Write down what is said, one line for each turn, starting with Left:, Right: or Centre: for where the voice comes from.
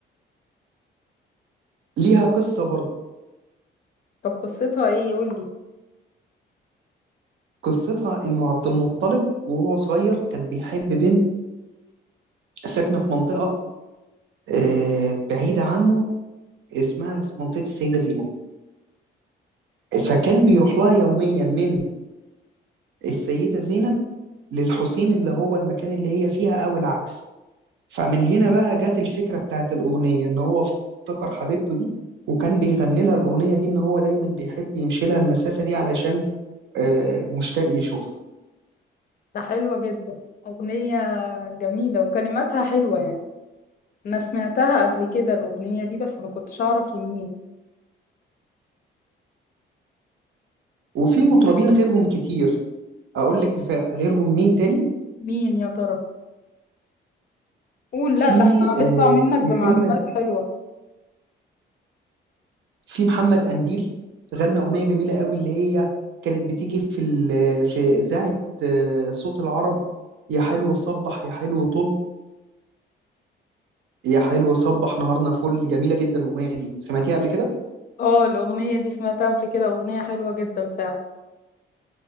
Right: ليها قصة برضه
Left: طب قصتها ايه قولي
Right: قصتها إنه عبد المطلب وهو صغير كان بيحب بنت ساكنة في منطقة آه، بعيدة عنه اسمها منطقة السيدة زينب فكان بيروح لها يوميا من السيدة زينب للحسين اللي هو المكان اللي هي فيها أو العكس فمن هنا بقى جت الفكرة بتاعت الأغنية إن هو افتكر حبيبته دي وكان بيغني لها الأغنية دي إن هو دايما بيحب يمشي لها المسافة دي علشان آه، مشتاق يشوفها
Left: ده حلوة جدا أغنية جميلة وكلماتها حلوة يعني أنا سمعتها قبل كده الأغنية دي بس ما كنتش أعرف لمين
Right: وفي مطربين غيرهم كتير أقول لك غيرهم مين تاني
Left: مين يا ترى قول
Right: في
Left: لا ده احنا هنطلع
Right: آه،
Left: منك بمعلومات
Right: محمد
Left: حلوة
Right: في محمد قنديل غنى أغنية جميلة قوي اللي هي كانت بتيجي في ال- في إذاعة آه، صوت العرب يا حلو صبح يا حلو طل يا حلو صبح نهارنا فل جميلة جدا الأغنية دي سمعتيها قبل كده
Left: اه الأغنية دي سمعتها قبل كده أغنية حلوة جدا فعلا